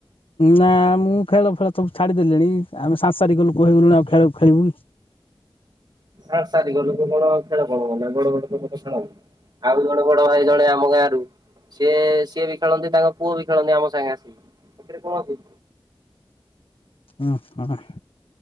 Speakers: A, on the left (about 85°); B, on the right (about 50°).
A: ନା ମୁଁ ଖେଳ ଫେଳ ସବୁ ଛାଡିଦେଲିଣି। ଆମେ ସାଂସାରିକ ଲୁକ ହେଇଗଲୁଣି ଆଉ ଖେଳ ଖେଳିବୁ କି?
B: ସାଂସାରିକ ଲୋକ କଣ ଖେଳ କଣ ମାନେ ବଡ ବଡ ଲୋକ ତ ଖେଳନ୍ତି ଆଉ ଜଣେ ବଡ ଭାଇ ଜଣେ ଆମ ଆମ ଗାଁରୁ ସିଏ ସିଏ ବି ଖେଳନ୍ତି ତାଙ୍କ ପୁଅ ବି ଖେଳନ୍ତି ଆମ ସାଙ୍ଗେ ଆସିିକି। ଏଥିରେ କଣ ଅଛି?
A: ଉଁ ଉଁହୁ।